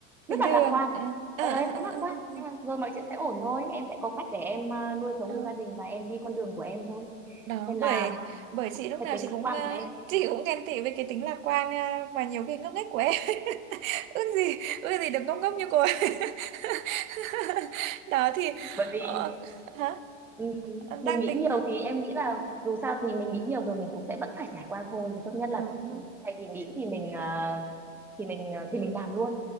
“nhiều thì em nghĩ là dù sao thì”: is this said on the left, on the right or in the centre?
Centre